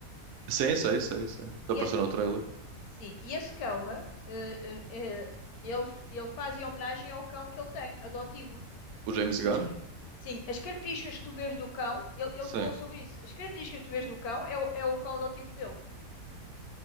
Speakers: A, on the right (about 70°); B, on the left (about 70°).
A: Sim, sei, sei, sei. Está
B: E,
A: aparecendo
B: a- e-
A: no trailer.
B: e- sim, e esse cão, eh, eh, eh, ele, ele faz em homenagem ao cão que ele tem, adotivo.
A: O James
B: E
A: Gunn?
B: esque- sim, as características que tu vês do cão, ele, ele
A: Sim.
B: falou sobre isso. As características que tu vês do cão é, o- é o cão adotivo dele.